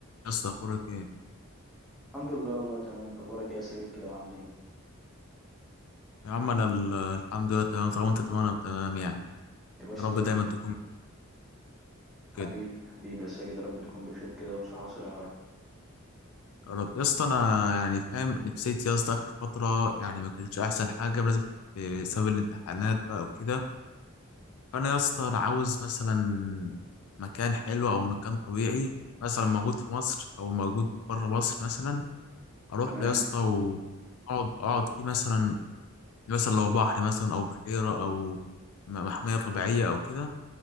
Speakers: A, on the left; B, in the centre.
A: يا اسطى اخبارك ايه
B: الحمد لله والله تمام انت اخبارك ايه يا ساجد كده وعامل ايه
A: يا عم انا ال- الحمد لله تمام طالما انت تمام انا تمام يعني يعني
B: يا باشا
A: يا رب
B: زي
A: دايما
B: الفل
A: تكون
B: حبيبي
A: كده
B: حبيبي يا ساجد يا رب تكون بخير كده وبصحة وسلامة يا رب
A: يا رب يا اسطى انا يعني فاهم نفسيتي يا اسطى اخر فتره يعني ما كانتش احسن حاجه بسبب بسبب الامتحانات بقى وكده فانا يا اسطى انا عاوز مثلا مكان حلو او مكان طبيعي مثلا موجود في مصر او موجود بره مصر مثلا اروح
B: تمام
A: له يا اسطى واقعد اقعد فيه مثلا مثلا لو بحر مثلا او بحيره او م- محميه طبيعيه او كده